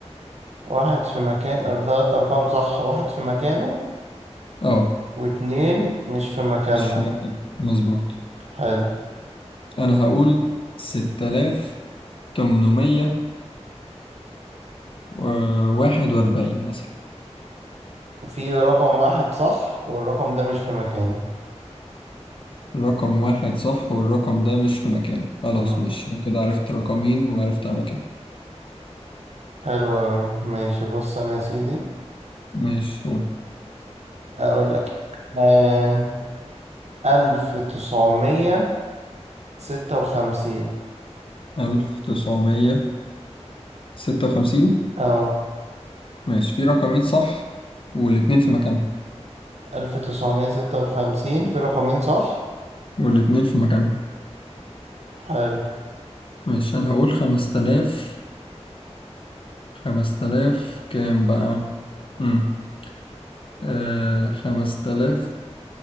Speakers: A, on the right; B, on the left.
A: واحد في مكان تلات أرقام صح واحد في مكانه
B: اه
A: واتنين مش في مكانهم
B: مش في مكانه مظبوط
A: حلو
B: أنا هقول 6000 تمنمية آه، واحد وأربعين مثلا
A: في رقم واحد صح والرقم ده مش في مكانه
B: الرقم واحد صح والرقم ده مش في مكانه خلاص
A: مم.
B: مش كده عرفت رقمين وعرفت على مكانه
A: حلو أوي ماشي بص أنا يا سيدي
B: ماشي قول
A: أقول لك آه ألف تسعمية ستة وخمسين
B: ألف تسعمية ستة وخمسين
A: أه
B: ماشي في رقمين صح والاتنين في مكانهم
A: ألف تسعمية ستة وخمسين في رقمين صح
B: والاتنين في مكانهم
A: حلو
B: ماشي أنا هقول خمس تلاف خمس تلاف كام بقى؟ مم. آه خمس تلاف